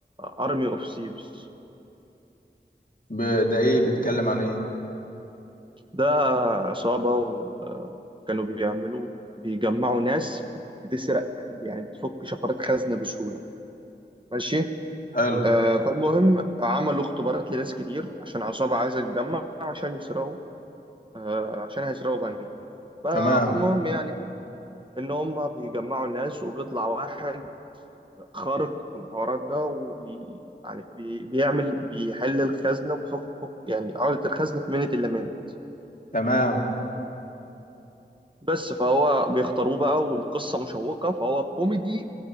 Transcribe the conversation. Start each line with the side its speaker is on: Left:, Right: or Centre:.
Right: أرمي أوف سيفز
Left: ب- ده ايه بيتكلم عن ايه
Right: ده عصابة وكانوا بيعملوا بيجمعوا ناس بتسرق يعني بتفك شفرات خزنة بسهولة ماشي
Left: حلو
Right: آه، فالمهم عملوا اختبارات لناس كتير عشان عصابة عايزة تتجمع عشان يسرقوا آه، عشان هيسرقوا بنك فالمهم
Left: تمام
Right: يعني إن هم بيجمعوا الناس وبيطلع واحد خارق في الحوارات ده وبي يعني بي... بيعمل بيحل الخزنة وبيفك فك يعني عقدة الخزنة في منت إلا منت
Left: تمام
Right: بس فهو بيختاروه بقى والقصة مشوقة فهو كوميدي